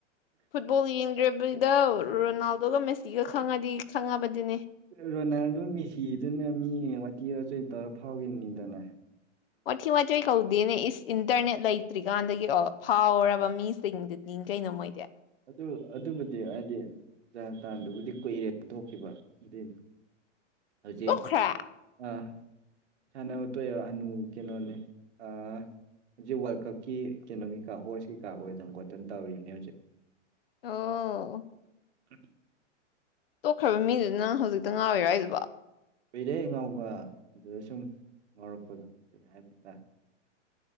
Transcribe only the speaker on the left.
ꯐꯨꯠꯕꯣꯜ ꯌꯦꯡꯗꯕꯤꯗ ꯔꯣꯅꯥꯜꯗꯣꯒ ꯃꯦꯁꯤꯒ ꯈꯪꯉꯗꯤ ꯈꯪꯉꯕꯗꯤꯅꯦ
ꯋꯥꯊꯤ ꯋꯥꯆꯣꯏ ꯇꯧꯗꯦꯅꯦ ꯏꯁ ꯏꯟꯇꯔꯅꯦꯠ ꯂꯩꯇ꯭ꯔꯤꯀꯥꯟꯗꯒꯤ ꯑꯣ ꯐꯥꯎꯔꯕ ꯃꯤꯁꯤꯡꯗꯨꯗꯤ ꯀꯩꯅꯣ ꯃꯣꯏꯗꯤ
ꯇꯣꯛꯈ꯭ꯔꯦ
ꯑꯣ
ꯇꯣꯛꯈ꯭ꯔꯕ ꯃꯤꯗꯨꯗ ꯅꯪ ꯍꯧꯖꯤꯛꯇ ꯉꯥꯎꯔꯤꯔꯣ ꯍꯥꯏꯁꯤꯕꯣ